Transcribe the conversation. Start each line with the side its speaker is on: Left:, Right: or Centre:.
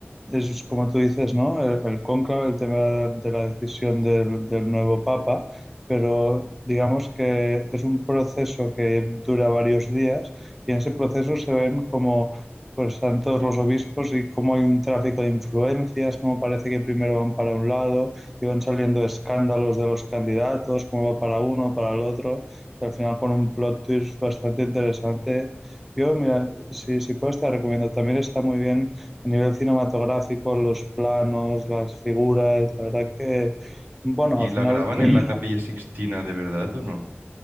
Centre: es como tú dices, ¿no? El, el cónclave, el tema de la decisión del, del nuevo papa, pero digamos que es un proceso que dura varios días y en ese proceso se ven como pues están todos los obispos y cómo hay un tráfico de influencias, cómo parece que primero van para un lado y van saliendo escándalos de los candidatos, cómo va para uno, para el otro, y al final con un plot twist bastante interesante. Yo, mira, si, si puedes, te recomiendo. También está muy bien a nivel cinematográfico, los planos, las figuras, la verdad que, bueno,
Right: ¿Y
Centre: al
Right: la
Centre: final
Right: graban
Centre: creo
Right: en
Centre: que,
Right: la Capilla Sixtina de verdad o no?